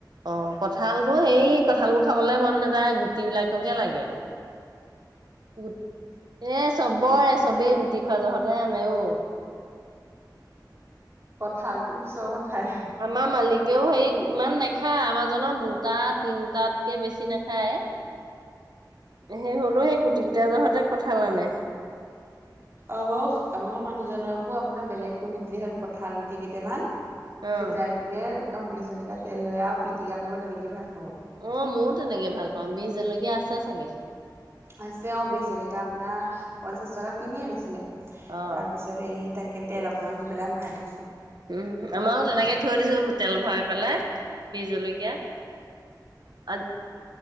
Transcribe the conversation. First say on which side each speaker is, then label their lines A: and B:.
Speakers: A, on the right; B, on the right.
A: অ' কঁঠাল টো হেৰি কঁঠাল বোৰ খাবলে মন নাযায়, গুটি গুটি বিলাককে লাগে গু এ চবৰে চবেই গুটি খোৱা জহত। নাই অ'।
B: ভাল টো পিছৰকন খাইহে।
A: আমাৰ মালিকেও হে ইমান নাখায়, আমাৰাজত দুটা তিনটাতকে বেছি নাখায়। সেই হ'লেও সেই গুটি কেইটা জহতে কঁঠাল আনে।
B: আমাৰো আমাৰ মানুহজননৰ আকৌ আপোনাৰ বেলেগ একো নিদিলে হ'ল কঁঠাল গুটি কেইটামান।
A: অ
B: সিজাই দিলে একদম বিহ জলেকীয়া তেল লৈ আৰু পিটিকা কৰিব তেনেকে ভাত
A: অ' ময়ো তেনেকে ভাল পাওঁ, বিহ জলকীয়া আছে চাগে।
B: আছে অ' বিহ জলকীয়া আপোনাৰ পঞ্চাশ টকা কিনি আনিছিলে।
A: অ
B: তাৰ পিছত এই তাকে তেল অকমান দি পেলাই ভৰাই থৈছো
A: উম, আমাৰো তেনেকে থৈ দিছো তেল ভৰাই পেলাই বিজ জলকীয়া আৰু